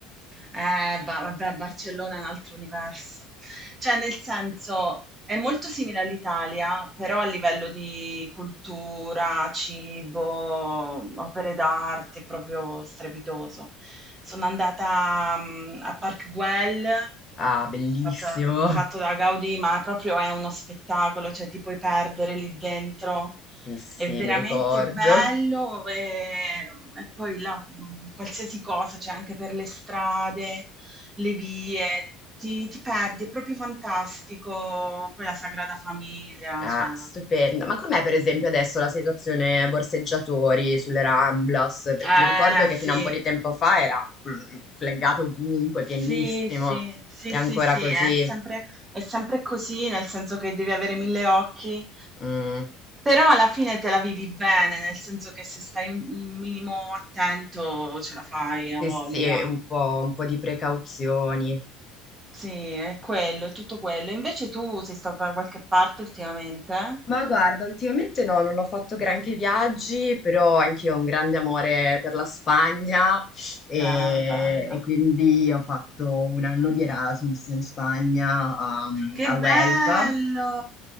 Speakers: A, on the right; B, on the left.
A: Eh, ba- vabbè, Barcellona è un altro universo. Cioè, nel senso, è molto simile all'Italia, però a livello di cultura, cibo, opere d'arte, è proprio strepitoso. Sono andata, mm, a Park Güell,
B: Ah, bellissimo.
A: fatta- fatto da Gaudì, ma proprio è uno spettacolo, cioè ti puoi perdere lì dentro.
B: Sì, sì,
A: È veramente
B: mi ricordo.
A: bello e, e poi là, mm, qualsiasi cosa, cioè anche per le strade, le vie, ti ti perdi, è proprio fantastico. Poi la Sagrada Famiglia,
B: Ah,
A: cioè
B: stupendo. Ma com'è per esempio adesso la situazione borseggiatori sulle Ramblas? Perché
A: eh
B: mi ricordo che fino
A: sì.
B: a un po' di tempo fa era mm, fleggato ovunque,
A: Sì,
B: pienissimo.
A: sì, sì,
B: È ancora
A: sì, sì,
B: così.
A: è sempre è sempre così, nel senso che devi avere 1000 occhi
B: Mm.
A: però alla fine te la vivi bene, nel senso che se stai un un minimo attento ce la fai, a
B: Sì,
A: voglia.
B: sì, un po', un po' di precauzioni.
A: Sì, è quello, è tutto quello. Invece tu sei stata da qualche parte ultimamente?
B: Ma guarda, ultimamente no, non ho fatto granché viaggi, però anch'io ho un grande amore per la Spagna e,
A: Beh, bella.
B: e quindi ho fatto un anno di Erasmus in Spagna a,
A: Che
B: a
A: bello!
B: Huelva